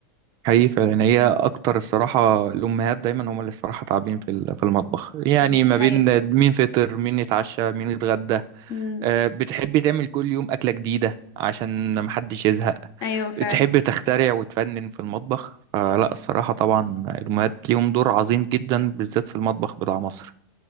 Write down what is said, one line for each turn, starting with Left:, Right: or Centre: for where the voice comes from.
Right: حقيقي فعلا هي أكتر الصراحة الأمهات دايما هما اللي الصراحة تعبين في ال- في المطبخ يعني
Left: دي
Right: ما
Left: حقيقة
Right: بين مين فطر مين يتعشى مين يتغدى
Left: امم
Right: آه، بتحبي تعمل كل يوم أكلة جديدة عشان محدش يزهق
Left: ايوه فعلا
Right: تحب تخترع وتفنن في المطبخ فلا الصراحة طبعا الأمهات ليهم دور عظيم جدا بالذات في المطبخ بتاع مصر